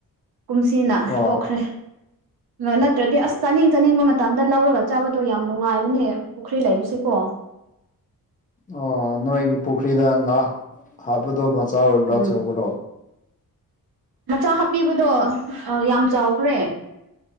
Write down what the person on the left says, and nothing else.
ꯑꯣ
ꯑꯣ ꯅꯣꯏꯒꯤ ꯄꯨꯈ꯭ꯔꯤꯗ ꯉꯥ ꯍꯥꯞꯄꯗꯣ ꯃꯆꯥ ꯑꯣꯏꯕ꯭ꯔꯥ
ꯑꯆꯧꯕꯔꯣ